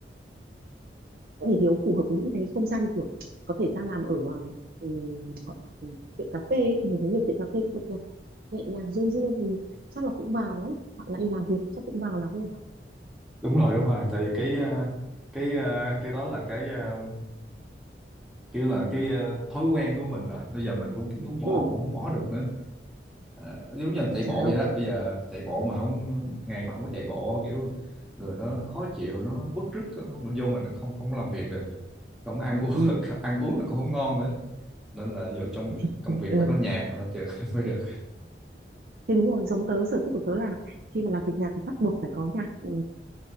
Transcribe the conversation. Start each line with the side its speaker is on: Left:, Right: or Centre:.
Right: thì Hiếu phù hợp với những cái không gian kiểu có thể ra làm ở um, gọi là ừ, tiệm cà phê ấy. thì mình thấy nhiều tiệm cà phê bật nhạc nhẹ nhàng du dương thì chắc là cũng vào đó họ lại làm việc chắc cũng vào lắm nhỉ
Centre: Đúng rồi, đúng rồi. Tại cái ờ, cái ờ, cái đó là cái ờ, kiểu là cái ờ, thói quen của mình rồi bây giờ mình cũng muốn bỏ
Right: ừ
Centre: cũng không bỏ được nữa Ờ, giống như là
Right: không
Centre: chạy
Right: sao
Centre: bộ vậy đó bây giờ chạy bộ mà không ngày mà không có chạy bộ kiểu người nó khó chịu nó bứt rứt nó- mình vô mình không không làm việc được không ăn uống <laughs>
Right: ừ.
Centre: ăn uống nó cũng không ngon nữa nên là giờ trong
Right: Thì,
Centre: công việc
Right: ừ.
Centre: phải có nhạc mà chừng <laughs> mới được
Right: thế đúng rồi giống tớ sở thích của tớ là khi mà làm việc nhạc thì bắt buộc phải có nhạc ừ,